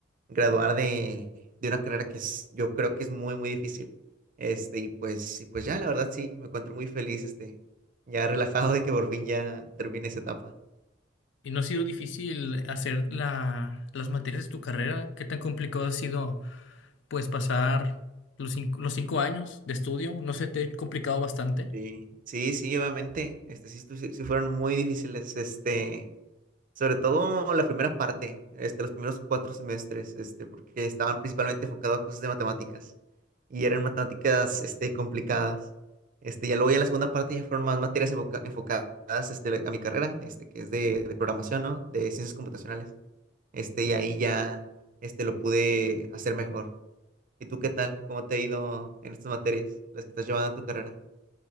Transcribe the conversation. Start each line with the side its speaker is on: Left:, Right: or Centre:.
Right: graduar de, de una carrera que es, yo creo que es muy, muy difícil. Este, y pues, y pues ya, la verdad sí, me encuentro muy feliz, este, ya relajado de que por fin ya termine esa etapa.
Left: ¿Y no ha sido difícil hacer la, las materias de tu carrera? ¿Qué tan complicado ha sido, pues, pasar los cinco, los cinco años de estudio? ¿No se te ha complicado bastante?
Right: Sí, sí, sí, obviamente. Este sí, estu- sí- sí fueron muy difíciles. Este, sobre todo la primera parte, este, los primeros cuatro semestres, este, porque estaban principalmente enfocados a cosas de matemáticas. Y eran matemáticas, este, complicadas. Este, ya luego ya en la segunda parte ya fueron más materias enfoca- enfocadas, este, a mi carrera, este, que es de, de programación, ¿no? De ciencias computacionales. Este, y ahí ya, este, lo pude hacer mejor. ¿Y tú qué tal? ¿Cómo te ha ido en estas materias, las que estás llevando en tu carrera?